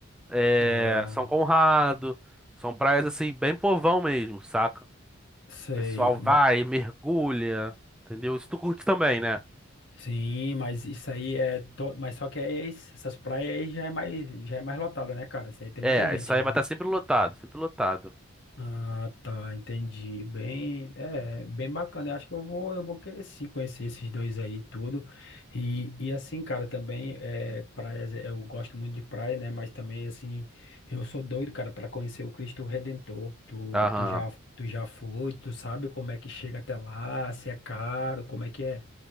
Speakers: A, in the centre; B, on the left.
A: é,
B: Ah,
A: São Conrado. São praias assim, bem povão mesmo, saca? O
B: sei.
A: pessoal
B: Ma-
A: vai, mergulha, entendeu? Isso tu curte também, né?
B: sim, mas isso aí é. To, mas só que é esse- essas praias aí já é mais, já é mais lotada, né, cara? Isso aí tem
A: É,
B: muita gente
A: isso aí
B: já,
A: vai
B: né?
A: estar sempre lotado, sempre lotado.
B: Ah, tá, entendi. Bem, é, bem bacana. Eu acho que eu vou, eu vou querer sim conhecer esses dois aí e tudo. E, e assim, cara, também é, praias, é, eu gosto muito de praia, né? Mas também assim, eu sou doido, cara, para conhecer o Cristo Redentor. Tu,
A: Aham.
B: tu já, tu já foi, tu sabe como é que chega até lá, se é caro, como é que é?